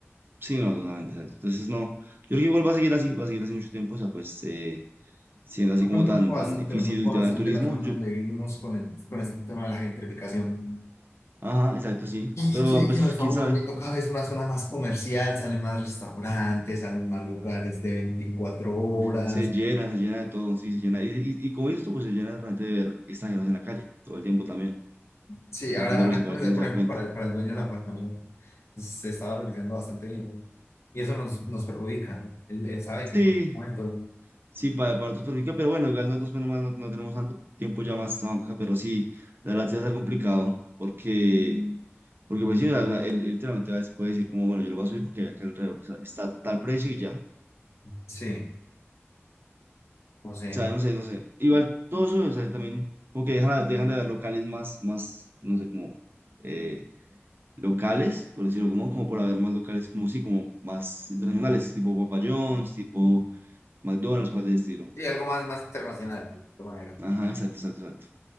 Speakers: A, on the right (about 50°); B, on the left (about 70°).
A: Sí, no, totalmente, exacto. Entonces, no, yo creo que igual va a seguir así, va a seguir así mucho tiempo, o sea, pues eh, siendo así como
B: Me preocupa
A: tan, tan
B: bastante,
A: difícil
B: me preocupa
A: el tema
B: bastante
A: del turismo,
B: la zona
A: yo,
B: donde vivimos con el, con este tema de la gentrificación
A: ajá, exacto, sí,
B: Y
A: pero
B: que,
A: ah, pues
B: que nos estamos
A: quién sabe,
B: volviendo cada vez una zona más comercial, salen más restaurantes, salen más lugares de 24 horas.
A: se llena, se llena de todo, sí, se llena, y, y, y como esto, pues se llena realmente de ver extranjeros en la calle, todo el tiempo también,
B: Sí,
A: que
B: ahora,
A: eso es lo
B: ahora
A: principal
B: por
A: que uno se da
B: ejemplo,
A: cuenta.
B: para el, para el dueño del apartamento, pues, se está valorizando bastante bien. ¿no? Y eso nos, nos perjudica. Él, él sabe
A: Sí,
B: que en cualquier momento,
A: Sí, para, para otros perjudica, pero bueno, igual nosotros menos mal no, no tenemos tanto tiempo ya más esta banca, pero sí, la verdad sí va a ser complicado, porque, porque pues sí, o sea, o sea, él, él literalmente va, puede decir como, bueno, yo lo voy a subir porque acá alrededor está, está tal precio y ya, o
B: sí, no sé.
A: sea, no sé, no sé, igual todo sube, o sea, también como que dejan, dejan de haber locales más, más, no sé, como eh, locales, por decirlo como, como por haber más locales como sí, como más internacionales, tipo Papa John's, tipo McDonald's, cosas de estilo.
B: Sí, algo más, más internacional, de esta manera.
A: Ajá, exacto, exacto, exacto.